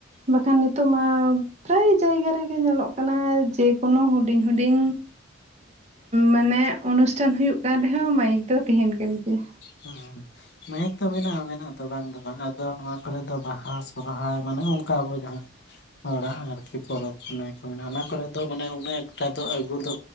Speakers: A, on the right (about 30°); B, on the left (about 55°).
A: ᱵᱟᱠᱷᱟᱱ ᱱᱤᱛᱚᱜ ᱢᱟ ᱯᱨᱟᱭ ᱡᱟᱭᱜᱟ ᱨᱮᱜᱮ ᱧᱮᱞᱚᱜ ᱠᱟᱱᱟ ᱡᱮᱠᱳᱱᱳ ᱦᱩᱰᱤᱧ ᱦᱩᱰᱤᱧ ᱢᱟᱱᱮ ᱚᱱᱩᱥᱴᱷᱟᱱ ᱦᱩᱭᱩᱜ ᱠᱟᱱ ᱨᱮᱦᱚᱸ ᱢᱟᱭᱤᱠ ᱫᱚ ᱛᱟᱦᱮᱟᱸᱱ ᱠᱟᱱ ᱜᱮᱭᱟ᱾
B: ᱦᱮᱸ ᱢᱟᱭᱤᱠ ᱫᱚ ᱢᱮᱱᱟᱜᱼᱟ ᱢᱮᱱᱟᱜ ᱫᱚ ᱵᱟᱝ ᱫᱚ ᱵᱟᱝ ᱟᱫᱚ ᱱᱚᱣᱟ ᱠᱚᱨᱮ ᱫᱚ ᱵᱟᱦᱟ ᱥᱚᱦᱨᱟᱭ ᱢᱟᱱᱮ ᱚᱱᱠᱟ ᱟᱵᱚ ᱡᱟᱦᱟᱸ ᱦᱚᱲᱟᱜ ᱟᱨᱠᱤ ᱯᱚᱨᱚᱵᱽ ᱯᱩᱱᱟᱹᱭ ᱠᱚ ᱢᱮᱱᱟᱜᱼᱟ ᱚᱱᱟ ᱠᱚᱨᱮ ᱫᱚ ᱢᱟᱱᱮ ᱩᱱᱟᱹᱜ ᱮᱠᱴᱟ ᱫᱚ ᱟᱹᱜᱩ ᱫᱚ